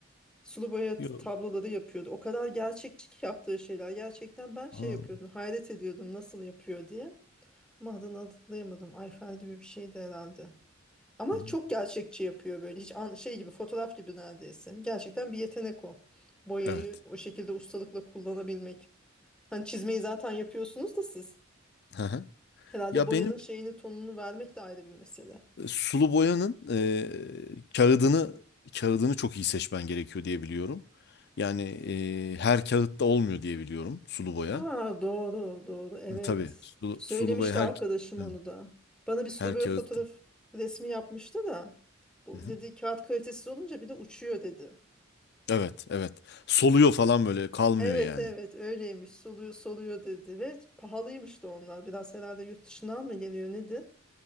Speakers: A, in the centre; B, on the left.
A: Sulu boya
B: Yo.
A: t- tabloları yapıyordu. O kadar gerçekçi ki yaptığı şeyler. Gerçekten ben şey
B: Aa,
A: yapıyordum. Hayret ediyordum nasıl yapıyor diye. Ama adını hatırlayamadım. Ayfer gibi bir şeydi herhalde. Ama
B: hı.
A: çok gerçekçi yapıyor böyle. Hiç an- şey gibi fotoğraf gibi neredeyse. Gerçekten bir yetenek o. Boyayı
B: Evet.
A: o şekilde ustalıkla kullanabilmek. Hani çizmeyi zaten yapıyorsunuz da siz.
B: Hı hı.
A: Herhalde
B: Ya
A: boyanın
B: benim
A: şeyini tonunu vermek de ayrı bir mesele.
B: Sulu boyanın e, kağıdını kağıdını çok iyi seçmen gerekiyor diye biliyorum. Yani e, her kağıtta olmuyor diye biliyorum sulu boya.
A: Aa, doğru doğru evet.
B: Hı, Tabii sulu,
A: Söylemişti
B: sulu boya her
A: arkadaşım
B: hı,
A: onu da. Bana bir sulu
B: her
A: böyle
B: kağıtta.
A: fotoğraf resmi yapmıştı da. Bu
B: Hı hı.
A: dedi kağıt kalitesiz olunca bir de uçuyor dedi.
B: Evet, evet. Soluyor falan böyle kalmıyor
A: Evet
B: yani.
A: evet öyleymiş soluyor soluyor dedi ve pahalıymış da onlar. Biraz herhalde yurt dışından mı geliyor nedir?